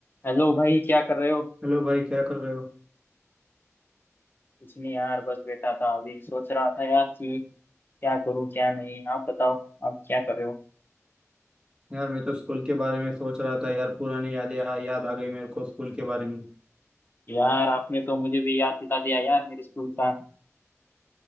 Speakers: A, on the left (about 40°); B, on the right (about 15°).
A: Hello भाई क्या कर रहे हो
B: Hello भाई क्या कर रहे हो
A: कुछ नहीं यार बस बैठा था अभी सोच रहा था यार कि क्या करूं क्या नहीं आप बताओ आप क्या कर रहे हो
B: यार मैं तो स्कूल के बारे में सोच रहा था यार पुरानी यादें आ, याद आ गई मेरे को स्कूल के बारे में
A: यार आपने तो मुझे भी याद दिला दिया यार मेरे स्कूल का